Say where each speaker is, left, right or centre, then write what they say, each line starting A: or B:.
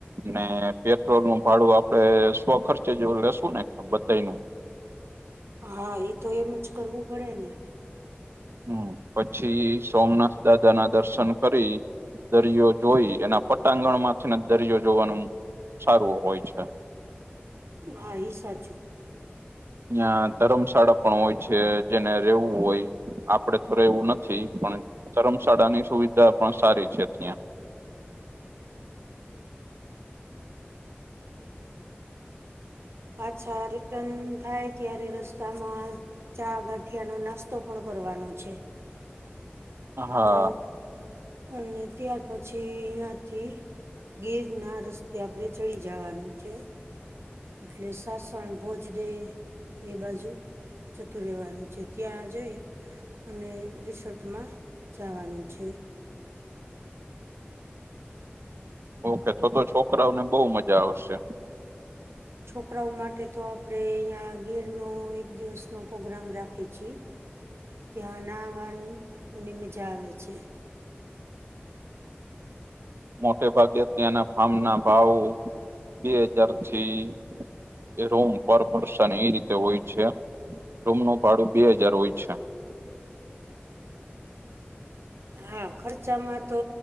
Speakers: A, on the right; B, on the right.
A: ને પેટ્રોલનું ભાડું આપડે સ્વ ખર્ચે જેવું લેશું ને બધાનું.
B: હા એ તો એમ જ કરવું પડે ને.
A: હમ્મ પછી સોમનાથ દાદાના દર્શન કરી. દરિયો જોઈ એના પટાંગણમાંથી ને દરિયો જોવાનું સારું હોય છે.
B: હા એ સાચું.
A: નયાં ધર્મશાળા પણ હોય છે જેને રહેવું હોય. આપડે તો એવું નથી, પણ ધરમશાળાની સુવિધા પણ સારી છે ત્યાં.
B: પાછા રિટર્ન થાય ત્યારે રસ્તામાં. ચા ગાંઠિયાનો નાસ્તો પણ કરવાનો છે.
A: હા
B: અને અને ત્યાર પછી અયાથી. ગીરના રસ્તે આપણેે ચડી જવાનું છે. એટલે સાસણ ભોજદે એ બાજુ. જતું રહેવાનું છે ત્યાં જઈ અને રિસોર્ટમાં. જવાનું છે.
A: ઓકે તો તો છોકરાઓને બહુ મજા આવશે.
B: છોકરાઓ માટે તો આપણેે અહીં ગિરનો એક દિવસનો પ્રોગ્રામ રાખી છીએ. ત્યાં નાવાની એને મજા આવે છે.
A: મોટેભાગે ત્યાના ફાર્મના ભાવ બે હજાર થી. એ રૂમ પર પર્સન એ રીતે હોય છે રૂમનું ભાડું બે હજાર હોય છે.
B: હા ખર્ચામાં તો